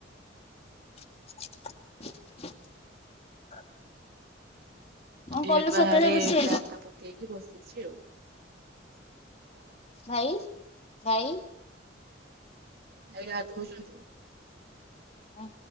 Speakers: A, on the left (about 35°); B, on the right (about 60°).
A: <unintelligible> କଣ
B: ଗେଟ୍
A: କଲୁ
B: ବାହାରେ
A: ସକାଳେ ରୋଷେଇ?
B: ଚ୍ୟାରଟା ପକେଇକି ବସିଚି ଆଉ‌।
A: ଭାଇ ଭାଇ।
B: ଭାଇ ଗାଧୋଉଚନ୍ତି।
A: ହୁଁ,